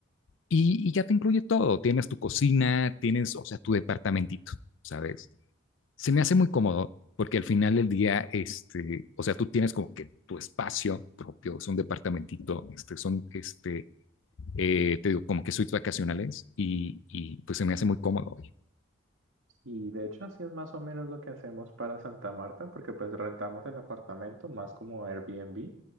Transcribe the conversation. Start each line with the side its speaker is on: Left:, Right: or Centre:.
Left: Y, y ya te incluye todo, tienes tu cocina, tienes, o sea, tu departamentito, ¿sabes? Se me hace muy cómodo porque al final del día, este, o sea, tú tienes como que tu espacio propio, es un departamentito, este, son, este, eh, te digo, como que suites vacacionales y, y pues se me hace muy cómodo. oye.
Right: Y de hecho así es más o menos lo que hacemos para Santa Marta, porque pues rentamos el apartamento más como Airbnb